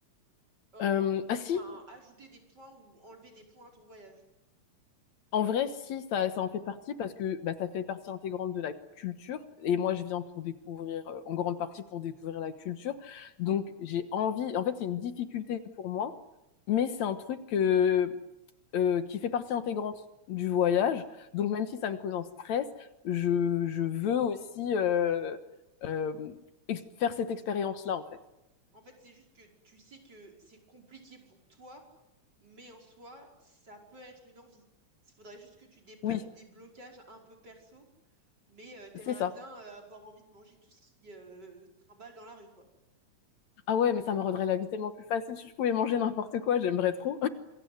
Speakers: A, on the right; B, on the left.
A: euh,
B: Euh,
A: rendre ton,
B: ah si,
A: enfin, ajouter des points ou enlever des points à ton voyage.
B: En vrai, si, ça, ça en fait partie parce que bah, ça fait partie intégrante de la culture. Et moi, je viens pour découvrir, euh, en grande partie pour découvrir la culture. Donc, j'ai envie, en fait, c'est une difficulté pour moi, mais c'est un truc que- euh, qui fait partie intégrante du voyage. Donc, même si ça me cause un stress, je, je veux aussi euh, euh, ex- faire cette expérience-là, en fait.
A: En fait, c'est juste que tu sais que c'est compliqué pour toi, mais en soi, ça peut être une envie. Il faudrait juste que tu dépasses
B: Oui,
A: des blocages un peu perso, mais euh, t'aimerais
B: c'est ça.
A: bien euh, avoir envie de manger tout ce qui euh, trimballe dans la rue, quoi.
B: Ah ouais, mais ça me rendrait la vie tellement plus facile si je pouvais manger n'importe quoi. J'aimerais trop.